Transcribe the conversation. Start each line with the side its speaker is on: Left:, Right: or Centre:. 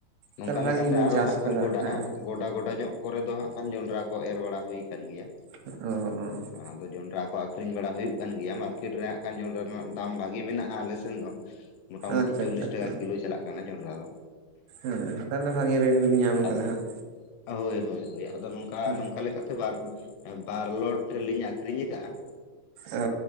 Left: ᱱᱚᱝᱠᱟ
Right: ᱛᱟᱦᱚᱞᱮ ᱵᱷᱟᱜᱤ
Left: ᱞᱮᱠᱟᱛᱮ
Right: ᱜᱮᱵᱤᱱ
Left: ᱟᱨᱚ
Right: ᱪᱟᱥ
Left: ᱦᱟᱸᱜ ᱠᱷᱟᱱ
Right: ᱠᱟᱫᱟ
Left: ᱜᱚᱰᱟᱜᱼᱟ
Right: ᱦᱮᱸ
Left: ᱜᱚᱰᱟ ᱜᱚᱰᱟ ᱧᱚᱜ ᱯᱚᱨᱮ ᱫᱚ ᱦᱟᱸᱜ ᱠᱷᱟᱱ ᱡᱚᱸᱰᱨᱟ ᱠᱚ ᱮᱨ ᱵᱟᱲᱟ ᱦᱩᱭ ᱠᱟᱱ ᱜᱮᱭᱟ
Right: <unintelligible>
Left: ᱟᱫᱚ ᱡᱚᱸᱰᱨᱟ ᱠᱚ ᱟᱹᱠᱷᱨᱤᱧ ᱵᱟᱲᱟ ᱦᱩᱭᱩᱜ ᱠᱟᱱ ᱜᱮᱭᱟ ᱢᱟᱨᱠᱮᱴ ᱨᱮ ᱦᱟᱸᱜ ᱠᱟᱱ ᱡᱚᱸᱰᱨᱟ ᱨᱮᱱᱟᱜ ᱫᱟᱢ ᱵᱷᱟᱜᱤ ᱢᱮᱱᱟᱜᱼᱟ ᱟᱞᱮᱥᱮᱱ ᱫᱚ ᱢᱚᱴᱟᱢᱩᱴᱤ
Right: ᱟᱪᱪᱷᱟ
Left: ᱪᱚᱞᱞᱤᱥ
Right: ᱟᱪᱪᱷᱟ ᱟᱪᱪᱷᱟ
Left: ᱴᱟᱠᱟ ᱠᱤᱞᱳ ᱪᱟᱞᱟᱜ ᱠᱟᱱᱟ ᱡᱚᱸᱰᱨᱟ ᱫᱚ
Right: ᱦᱮᱸ ᱛᱟᱞᱦᱮ ᱵᱷᱟᱜᱮ ᱨᱮᱴ ᱵᱤᱱ ᱧᱟᱢ
Left: ᱟᱫᱚ
Right: ᱠᱟᱫᱟ ᱦᱟᱸᱜ
Left: ᱦᱳᱭ ᱦᱳᱭ ᱦᱳᱭ ᱟᱫᱚ ᱱᱚᱝᱠᱟ
Right: ᱚ
Left: ᱱᱚᱝᱠᱟ ᱞᱮᱠᱟᱛᱮ ᱵᱟᱨ ᱵᱟᱨᱞᱚᱴ ᱞᱤᱧ ᱟᱠᱷᱨᱤᱧ ᱠᱟᱜᱼᱟ
Right: ᱚᱻ